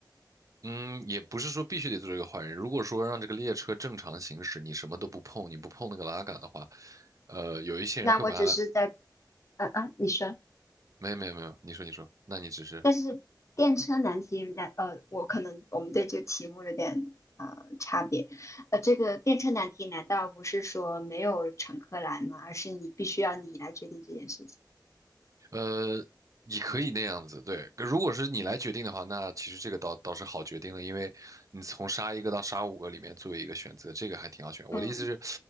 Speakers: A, on the right; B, on the left.
A: 嗯，也不是说必须得做这个坏人。如果说让这个列车正常行驶，你什么都不碰，你不碰那个拉杆的话，呃，有一些人会把它。
B: 那我只是在，嗯嗯，你说。
A: 没有没有没有，你说你说，那你只是
B: 但是电车难题，人家呃，我可能我们对这个题目有点呃差别。呃，这个电车难题难道不是说没有乘客来吗？而是你必须要你来决定这件事情。
A: 呃，你可以那样子，对。如果是你来决定的话，那其实这个倒倒是好决定的，因为你从杀一个到杀五个里面做一个选择，这个还挺好选。我的意思是，
B: 嗯